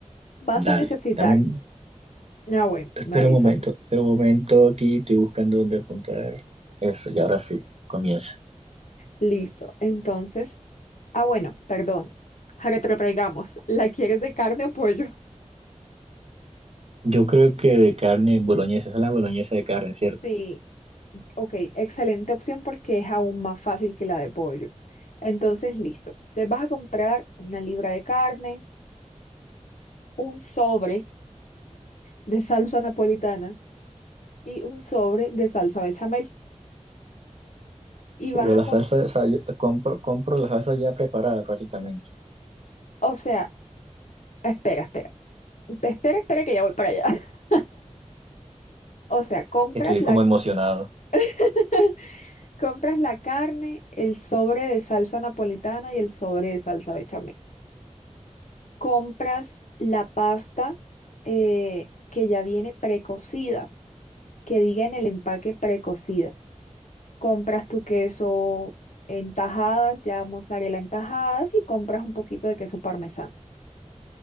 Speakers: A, on the left; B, on the right.
A: Vas
B: Dale,
A: a necesitar.
B: dame un-
A: Ah, bueno,
B: Espera
A: me avísame.
B: un momento, espera un momento aquí, estoy buscando dónde apuntar. Eso, y ahora sí, comienza.
A: Listo. Entonces, ah, bueno, perdón. Retrotraigamos. ¿La quieres de carne o pollo? <laughs>
B: Yo creo que de carne boloñesa, esa es la boloñesa de carne, ¿cierto?
A: Sí, ok, excelente opción porque es aún más fácil que la de pollo. Entonces, listo. Te vas a comprar una libra de carne, un sobre de salsa napolitana y un sobre de salsa bechamel. Y vas
B: Pero
A: a
B: la
A: comprar,
B: salsa, o sea, yo compro, compro la salsa ya preparada prácticamente.
A: o sea, espera, espera, espera, espera que ya voy para allá. <laughs> O sea, compras
B: Estoy
A: la,
B: como emocionado. O
A: <laughs> compras la carne, el sobre de salsa napolitana y el sobre de salsa bechamel. Compras la pasta eh, que ya viene precocida, que diga en el empaque precocida. compras tu queso en tajadas, ya mozzarella en tajadas y compras un poquito de queso parmesano.